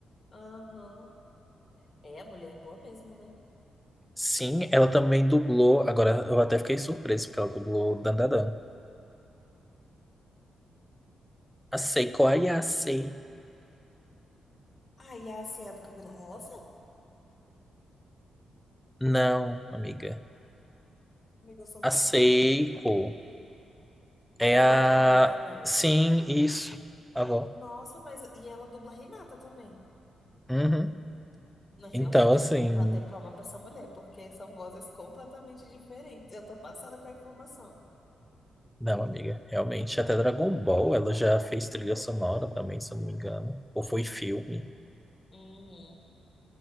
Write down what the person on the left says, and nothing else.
Aham. É, a mulher é boa mesmo, né?
Ai, a Cia do cabelo rosa?
Amiga, eu sou ruim
de...
A avó
da Momo.
Nossa, mas... E ela dubla Renata também.
Mas
realmente,
vou bater palma pra essa mulher, porque são vozes completamente diferentes. Eu tô passada com a informação.
Uhum.